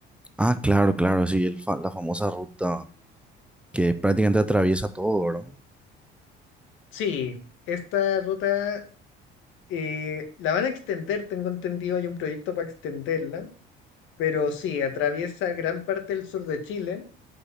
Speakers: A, in the centre; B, on the left.
A: Ah, claro, claro, sí, el fa- la famosa ruta que prácticamente atraviesa todo, ¿verdad?
B: Sí, esta ruta eh, la van a extender, tengo entendido, hay un proyecto para extenderla, pero sí, atraviesa gran parte del sur de Chile